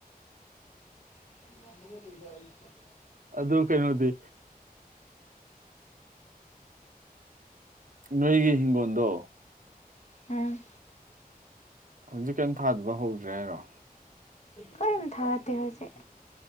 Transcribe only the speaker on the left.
<unintelligible>
ꯎꯝ
ꯀꯔꯤꯝ ꯊꯥꯗꯦ ꯍꯧꯖꯤꯛ